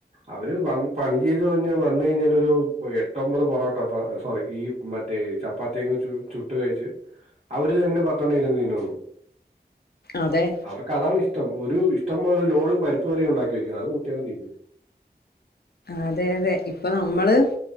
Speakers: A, on the right (about 40°); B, on the left (about 70°).
A: അവര് വന്ന് പണി ചെയ്ത്‌ ‌വന്ന് കഴിഞ്ഞാലൊരു എട്ടൊമ്പത് പൊറോട്ട സോറി ഈ മ ദേ ചപ്പാത്തി അങ് ചു ചുട് ട്ട് കയ്ച്ച് അവര് തന്നെപത്തെണ്ണം ഇരുന്ന് തിന്നുന്നു
B: അതെ
A: അവർക്കത്ണ് ഇ ഷ്ടം ഒരു ഇഷ്ടംപോലെ ഒരു ലോഡ് പരിപ്പുകറി ഉണ്ടാക്കി വെക്കും അതുകൂട്ടിയങ് തിന്നും.
B: അതെ അതെ ഇപ്പൊ നമ്മള്